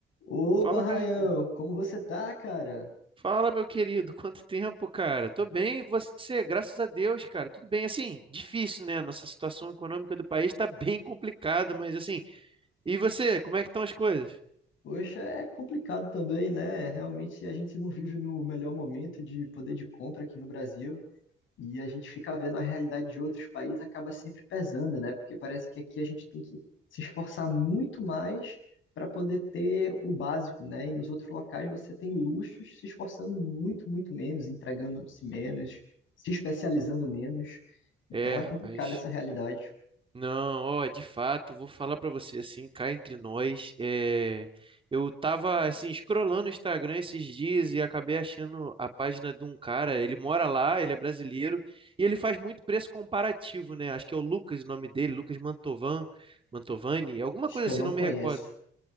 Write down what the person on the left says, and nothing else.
Opa,
Rayan,
como você tá, cara?
Poxa, é complicado também, né? Realmente a gente não vive no melhor momento de poder de compra aqui no Brasil e a gente ficar vendo a realidade de outros países acaba sempre pesando, né? Porque parece que aqui a gente tem que se esforçar muito mais para poder ter o básico, né? E nos outros locais você tem luxos se esforçando muito, muito menos, entregando-se menos, se especializando menos. Então
é
complicada essa realidade.
Acho
que
eu não
conheço.